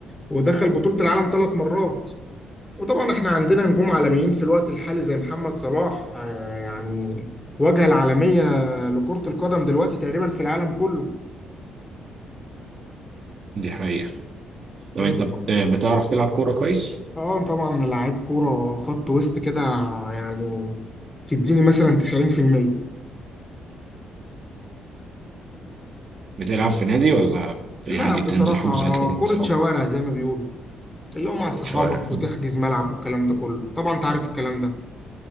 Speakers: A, on the left; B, on the right.
A: ودخل بطوله العالم ثلاث مرات وطبعا احنا عندنا نجوم عالميين في الوقت الحالي زي محمد صلاح آه، يعني واجهة العالمية لكرة القدم دلوقتي تقريبا في العالم كله
B: دي حقيقة طب
A: آه،
B: انت
A: طبعا
B: بت- بتعرف تلعب كورة كويس
A: اه طبعا لعيب كورة خط وسط كده يعني تديني مثلا 90%
B: بتلعب في نادي ولا
A: لا
B: يعني عادي
A: بصراحة
B: بتنزل حجوزات كده
A: كرة
B: مع اصحابك
A: شوارع زي ما بيقولوا اللي هو
B: كرة
A: مع صحابك
B: شوارع
A: وتحجز
B: اه
A: ملعب والكلام ده كله طبعا انت عارف الكلام ده